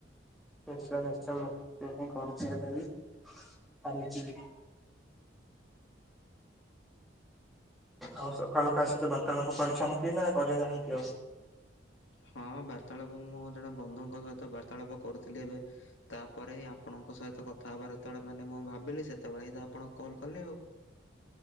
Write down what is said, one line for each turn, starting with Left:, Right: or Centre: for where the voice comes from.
Centre: ନିଶ୍ଚୟ ନିଶ୍ଚୟ ମୁଁ ଏହା ହିଁ କରୁଛି ଏବେ ବି ଚାଲିଚି ବି। ଆଉ ସକାଳୁ କାହା ସହିତ ବାର୍ତ୍ତାଳାପ କରିଛନ୍ତି ନା କରିନାହାନ୍ତି ଆଉ?
Left: ହଁ ବାର୍ତାଳାପ ମୁଁ ଜଣେ ବନ୍ଧୁଙ୍କ ସହିତ ବାର୍ତାଳାପ କରୁଥିଲି ଏବେ ତାପରେ ହିଁ ଆପଣଙ୍କ ସହିତ କଥା ହେବାର ଯେତେବେଳେ ମାନେ ମୁଁ ଭାବିଲି ସେତେବେଳେ ହିଁ ତ ଆପଣଙ୍କୁ କଲ୍ କଲେ ଆଉ।